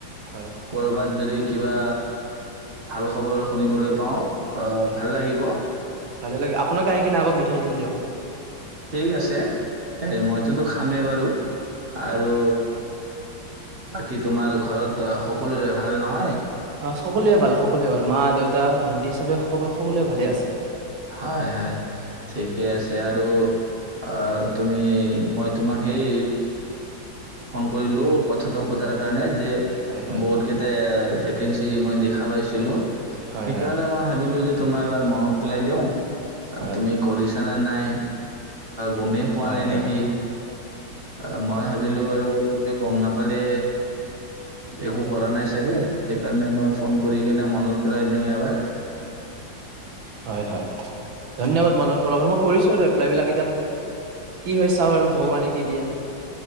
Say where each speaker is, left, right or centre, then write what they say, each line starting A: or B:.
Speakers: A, on the right; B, on the right.
A: হয়।
B: কৰবাত যদি কিবা ভাল খবৰ শুনিবলৈ পাওঁ অ
A: হয়,
B: ভাল লাগিব
A: ভালে লাগে আপোনালোকে আহি কিনে আগত মিঠাই দিম দিয়ক
B: ঠিক আছে এ মইতোতো খামেই বাৰু আৰু
A: হয়।
B: বাকী তোমাৰ ঘৰত সকলোৰে ভাল নহয়
A: অ সকলোৱে ভাল সকলোৱে ভাল মা দেউতা ভন্টি চবে সকলোৱে ভালে আছে
B: হয় হয় ঠিকে আছে আৰু আহ তুমি মই তোমাক সেই ফোন কৰিলো কথাটো সোধাৰ কাৰণে যে
A: হয় হয়
B: বহুত কেইটা ভেকেঞ্চি মই দেখা পাইছিলোঁ
A: হয়
B: সেইকাৰণে
A: হয়।
B: মই ভাবিলো যে তোমাৰ এবাৰ মনত পেলাই দিওঁ
A: হয়
B: তুমি কৰিছ দিলে নে নাই গমেই পোৱা
A: হয়
B: নাই
A: হয়
B: নেকি অ মই ভাবিলো আৰু তুমি গম নাপ পালে একো কৰা নাই চাগে সেই কাৰণে মই ফোন কৰি কেনে মনত পেলাই দিওঁ এবাৰ
A: হয়, হয়। ধন্যবাদ। মনত পৰা মই কৰিছোঁ আৰু এপ্লাইবিলাক। এতিয়া কি হয় চাওঁ আৰু ভগৱানে কি দিয়ে